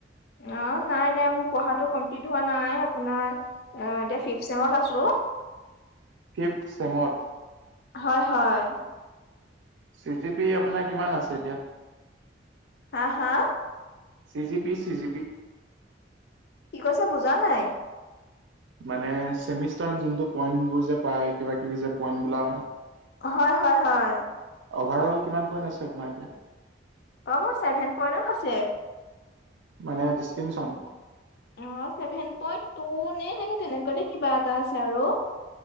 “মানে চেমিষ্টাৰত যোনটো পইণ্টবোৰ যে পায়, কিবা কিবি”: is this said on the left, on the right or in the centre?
Right